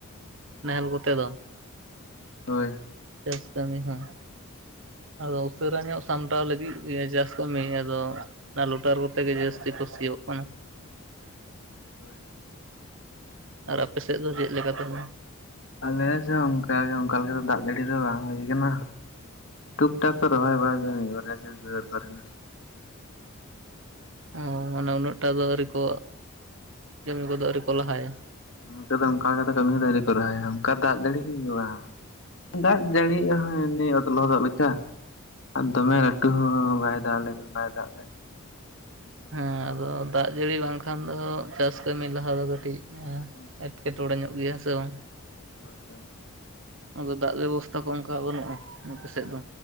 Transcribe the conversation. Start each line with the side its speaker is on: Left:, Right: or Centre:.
Right: ᱱᱟᱦᱮᱞ ᱠᱚᱛᱮ ᱫᱚ᱾
Left: ᱦᱳᱭ᱾
Right: ᱪᱟᱹᱥ ᱠᱟᱹᱢᱤ ᱦᱚᱸ ᱟᱫᱚ ᱩᱥᱟᱹᱨᱟ ᱧᱚᱜ ᱥᱟᱢᱴᱟᱣ ᱞᱟᱹᱜᱤᱫ ᱤᱭᱟᱹ ᱪᱟᱥ ᱠᱟᱹᱢᱤ ᱦᱩᱭᱩᱜ-ᱟ ᱫᱚ ᱚᱱᱟ ᱞᱩᱴᱟᱨ ᱠᱚᱛᱮ ᱜᱮ ᱡᱟᱹᱥᱛᱤ ᱠᱚ ᱥᱤᱜᱩᱜ ᱠᱟᱱᱟ᱾
Left: ᱦᱳᱭ᱾
Right: ᱟᱨ ᱟᱯᱮ ᱥᱮᱫ ᱫᱚ ᱪᱮᱫ ᱞᱮᱠᱟ ᱛᱟᱦᱚᱞᱮ?
Left: ᱟᱞᱮ ᱥᱮᱫ ᱚᱱᱠᱟᱜᱮ ᱚᱱᱠᱟ ᱞᱮᱠᱟ ᱫᱟᱜ ᱡᱟᱹᱲᱤ ᱫᱚ ᱵᱟᱝ ᱦᱩᱭ ᱠᱟᱱᱟ᱾ ᱴᱩᱠ ᱴᱟᱠ ᱠᱚ ᱨᱚᱦᱚᱭ ᱵᱟᱲᱟ <inaudible>
Right: ᱚ ᱢᱟᱱᱮ ᱩᱱᱟᱹᱜ ᱴᱟ ᱫᱚ ᱟᱹᱣᱨᱤ ᱠᱚ, ᱠᱟᱹᱢᱤ ᱠᱚᱫᱚ ᱟᱹᱣᱨᱤ ᱠᱚ ᱞᱟᱦᱟᱭᱟ?
Left: ᱱᱚᱛᱮ ᱫᱚ ᱚᱱᱠᱟ ᱠᱟᱫᱟ ᱠᱚ <inaudible> ᱠᱚ ᱨᱦᱟᱭᱟ ᱚᱱᱠᱟ ᱫᱟᱜ ᱡᱟᱹᱲᱤ ᱠᱚᱜᱮ ᱵᱟᱝ᱾ ᱫᱟᱜ ᱡᱟᱹᱲᱤᱭᱟᱜ ᱦᱚᱸ ᱱᱤ ᱚᱛ ᱞᱚᱫᱚᱜ ᱞᱮᱠᱟ᱾ ᱟᱨ ᱫᱚᱢᱮ ᱞᱟᱹᱴᱩ ᱦᱚᱸ ᱵᱟᱭ ᱫᱟᱜ ᱞᱮ ᱵᱟᱭ ᱫᱟᱜ ᱞᱮᱫᱟ᱾
Right: ᱦᱮᱸ ᱟᱫᱚ ᱫᱟᱜ ᱡᱟᱹᱲᱤ ᱵᱟᱝᱠᱷᱟᱱ ᱫᱚ ᱪᱟᱥ ᱠᱟᱹᱢᱤ ᱞᱟᱦᱟ ᱫᱚ ᱠᱟᱹᱴᱤᱡ
Left: ᱦᱳᱭ
Right: ᱮᱴᱠᱮᱴᱚᱬᱮ ᱧᱚᱜ ᱜᱮᱭᱟ ᱥᱮ ᱵᱟᱝ?
Left: ᱦᱳᱭ ᱦᱳᱭ᱾
Right: ᱟᱫᱚ ᱫᱟᱜ ᱵᱮᱵᱚᱥᱛᱷᱟ ᱠᱚ ᱚᱱᱠᱟ ᱵᱟᱹᱱᱩᱜᱼᱟ ᱱᱟᱯᱮ ᱥᱮᱫ ᱫᱚ?